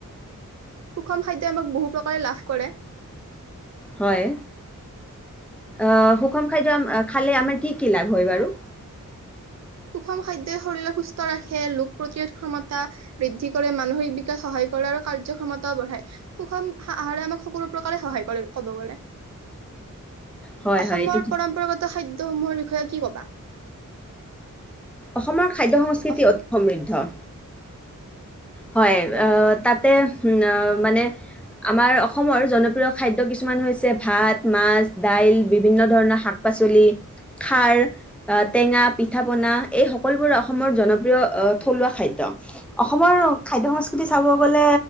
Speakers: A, on the right; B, in the centre.
A: সুষম খাদ্যই আমাক বহু প্ৰকাৰে লাভ কৰে।
B: হয় আহ সুষম খাদ্য খালে আমাৰ কি কি লাভ হয় বাৰু।
A: সুষম খাদ্যই শৰীৰক সুস্থ ৰাখে ৰোগ প্ৰতিৰোধ ক্ষমতা বৃদ্ধি কৰে মানসিক বিকাশত সহায় কৰে আৰু কাৰ্যক্ষ্ষমতাও বঢ়ায়। সুষম আহাৰে আমাক সকলো সহায় কৰে ক'ব পাৰে।
B: হয়,
A: অসমৰ
B: হয়, এইটো ঠিক।
A: পৰম্পৰাগত খাদ্যসমূহৰ বিষয়ে কি ক'বা
B: অসমৰ খাদ্য সংস্কৃতি
A: অসমত
B: অতি সমৃদ্ধ হয় আহ তাতে মানে আমাৰ অসমৰ জনপ্ৰিয় খাদ্য কিছুমান হৈছে ভাত, মাছ, দাইল বিভিন্ন ধৰণৰ শাক পাচলি খাৰ, টেঙা, পিঠা, পনা এই সকলোবোৰ অসমৰ জনপ্ৰিয় থলুৱা খাদ্য অসমৰ। খাদ্য সংস্কৃতি চাব গ'লে